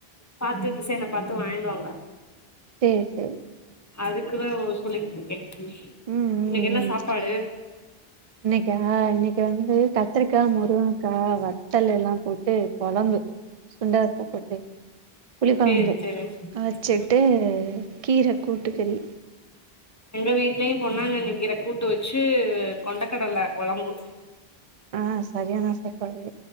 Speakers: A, on the left; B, on the right.
A: பாத்து திசையன பாத்து வாயின்டுவாங்க
B: சேரி சேரி
A: அதுக்குதா ஒ சொல்லிகிட்ருக்க
B: ம்
A: இன்னைக்கு
B: ம்
A: என்ன
B: ம்
A: சாப்பாடு
B: இன்னைக்கா இன்னைக்கு வந்து கத்திரிக்கா முருங்கக்கா வத்தல் எல்லா போட்டு கெழம்பு சுண்ட வத்த போட்டு புளி கொழம்பு
A: சேரி சேரி
B: வச்சுட்டு
A: ம்
B: கீர கூட்டுகறி
A: எங்க வீட்லயு பொன்னாங்கன்னி கீர கூட்டு வச்சு கொண்டக்கடல கொழம்பு
B: ஆ சரியானா சப்பாடு